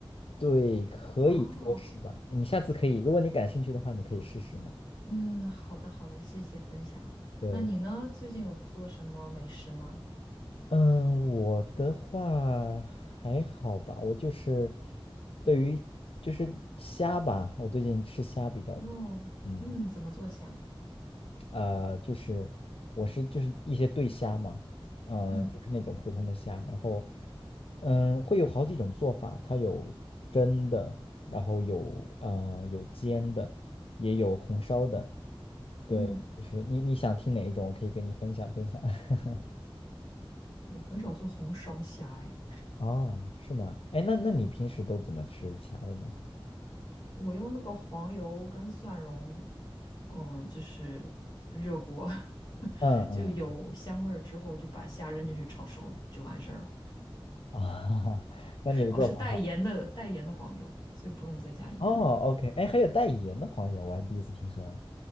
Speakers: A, on the left; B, on the left.
A: 对，可以说是吧。
B: 哦，
A: 你下次可以，如果你感兴趣的话，你可以试试嘛。
B: 嗯，好的好的，谢谢分享。
A: 对，
B: 那你呢？最近有做什么美食吗？
A: 嗯，我的话还好吧，我就是对于就是虾吧，我最近吃虾比较多。
B: 哦，
A: 嗯。
B: 嗯，怎么做虾？
A: 呃，就是我是就是一些对虾嘛，嗯、
B: 嗯
A: 呃就是那种普通的虾，然后嗯，会有好几种做法，它有蒸的，然后有呃有煎的，也有红烧的，对，
B: 嗯，
A: 就是你你想听哪一种，我可以跟你分享分享。<laughs>
B: 我很少做红烧虾，哎，
A: 哦，是吗？哎，那那你平时都怎么吃虾的呢？
B: 我用那个黄油跟蒜蓉，嗯，就是热锅，<laughs>
A: 嗯嗯
B: 就有香味儿之后，就把虾扔进去炒熟就完事儿了。
A: 啊，<laughs> 那你的做法
B: 哦，是带盐的带盐的黄油，所以不用再加盐。
A: 哦，OK，哎，还有带盐的黄油，我还第一次听说哎。